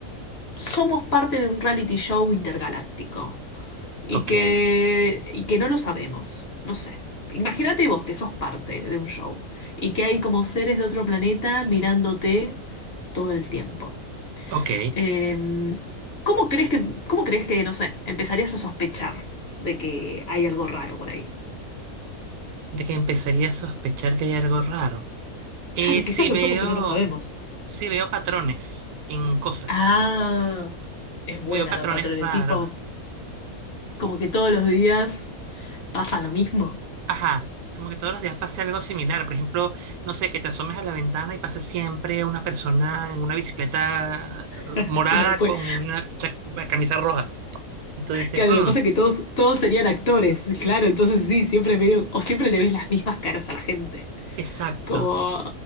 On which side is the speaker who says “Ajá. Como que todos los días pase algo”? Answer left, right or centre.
Right